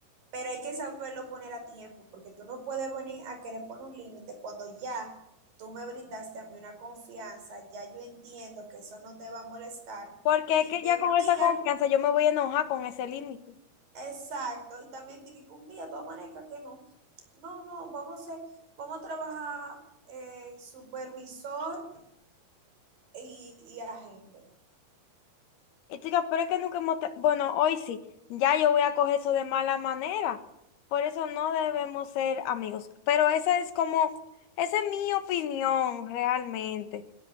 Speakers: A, on the right (about 60°); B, on the left (about 80°).
A: pero hay que saberlo poner a tiempo, porque tú no puedes venir a querer poner un límite cuando ya tú me brindaste a mí una confianza, ya yo entiendo que eso no te va a molestar
B: Porque
A: y
B: es que
A: que
B: ya
A: un
B: con
A: día
B: esa confianza yo me voy a enojar con ese límite.
A: Exacto, y también de que un día tú amanezcas que no, no, no, vamos a, ser- vamos a trabajar eh, supervisor y, y agente.
B: Y tú dirás, pero es que nunca hemos... te- Bueno, hoy sí, ya yo voy a coger eso de mala manera. Por eso no debemos ser amigos. Pero esa es como, esa es mi opinión realmente.